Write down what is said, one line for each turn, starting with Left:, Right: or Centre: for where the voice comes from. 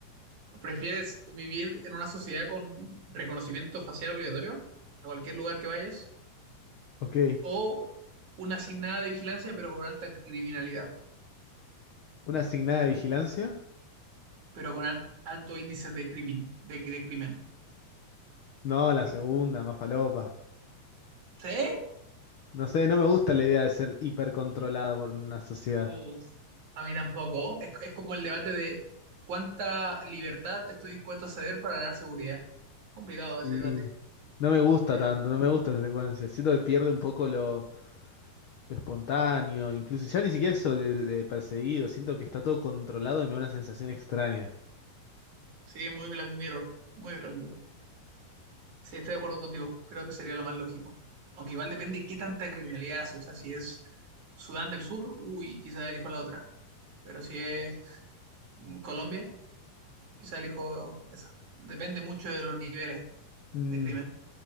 Right: ¿Prefieres vivir en una sociedad con reconocimiento facial obligatorio a cualquier lugar que vayas?
Left: Ok.
Right: ¿O una sin nada de vigilancia, pero con alta criminalidad?
Left: ¿Una asignada de vigilancia?
Right: Pero con al- alto índice de crimen, de, de crimen.
Left: No, la segunda, más falopa.
Right: ¿Sí?
Left: No sé, no me gusta la idea de ser hipercontrolado por una sociedad.
Right: Sí. A mí tampoco. Es, es como el debate de cuánta libertad estoy dispuesto a ceder para ganar seguridad. Complicado
Left: Sí.
Right: ese debate.
Left: No me gusta
Right: Eh,
Left: tanto, no me gusta esa secuencia. Siento que pierde un poco lo, lo espontáneo, incluso ya ni siquiera eso de, de perseguido. Siento que está todo controlado y me da una sensación extraña.
Right: sí, muy Black Mirror. Muy Black Mirror. Sí, estoy de acuerdo contigo. Creo que sería lo más lógico. Aunque igual depende qué tanta criminalidad hace. O sea, si es Sudán del Sur, uy, quizá elijo la otra. Pero si es mm, Colombia, quizá elijo esa. Depende mucho de los niveles
Left: Mm,
Right: de crimen.